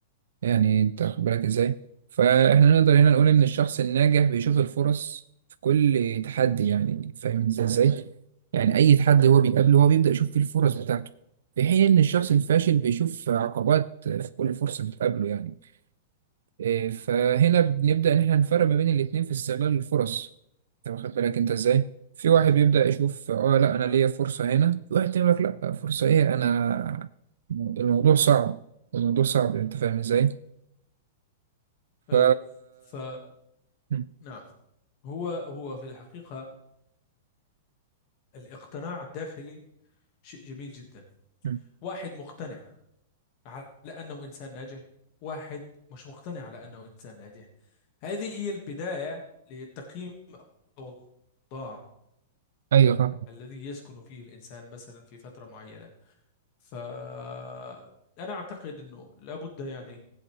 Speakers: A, on the right; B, on the left.
A: يعني أنت واخد بالك إزاي؟ فإحنا نقدر هنا نقول إن الشخص الناجح بيشوف الفرص في كل تحدي يعني فاهم إزاي إزاي؟ يعني أي تحدي هو بيقابله هو بيبدأ يشوف فيه الفرص بتاعته في حين إن الشخص الفاشل بيشوف عقبات في كل فرصة بتقابله يعني إيه، فهنا بنبدأ إن إحنا نفرق ما بين الاتنين في استغلال الفرص أنت واخد بالك أنت إزاي؟ في واحد
B: مهم.
A: بيبدأ يشوف آه لأ
B: نعم
A: أنا ليا فرصة هنا في واحد يقول لك لأ فرصة إيه أنا الموضوع صعب الموضوع صعب أنت فاهم إزاي؟
B: أيوة
A: ف
B: ف
A: م-
B: نعم هو هو في الحقيقة الاقتناع الداخلي شيء جميل جدا
A: م.
B: واحد مقتنع على أنه إنسان ناجح واحد مش مقتنع على أنه إنسان ناجح هذه هي البداية لتقييم الأوضاع
A: أيوه فاهم
B: الذي يسكن فيه الإنسان مثلا في فترة معينة فأنا أعتقد أنه لابد يعني